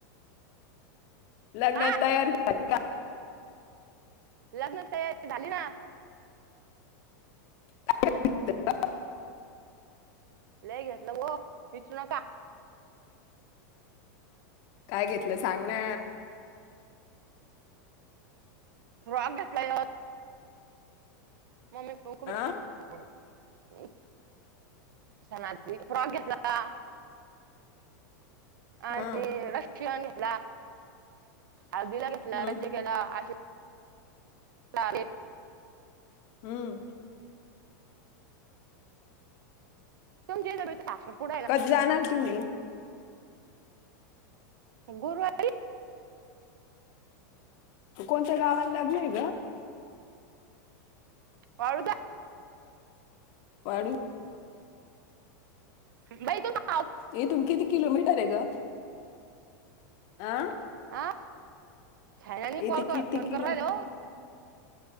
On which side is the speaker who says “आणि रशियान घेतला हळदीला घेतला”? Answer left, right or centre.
Right